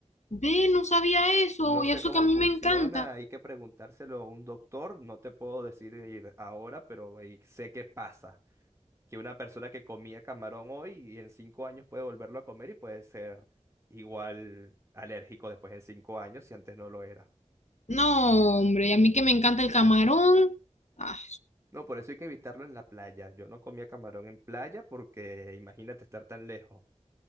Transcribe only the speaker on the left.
ve, no sabía eso
y
eso
que a mí
me encanta.
No, hombre, y a mí que me encanta el camarón. Ay,